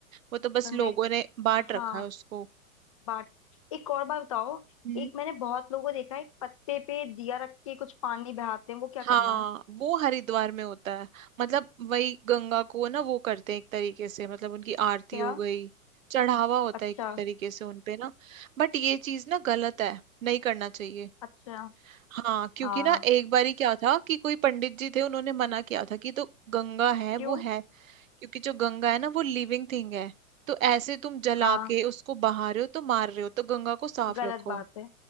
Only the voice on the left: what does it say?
गंगा
हाँ
बाट एक और बात बताओ
एक मैंने बहुत लोगों को देखा है एक पत्ते पे दिया रख के कुछ पानी बहाते हैं वो क्या
करना है
क्या
अच्छा
अच्छा
हाँ
क्यों
हाँ
गलत
बात है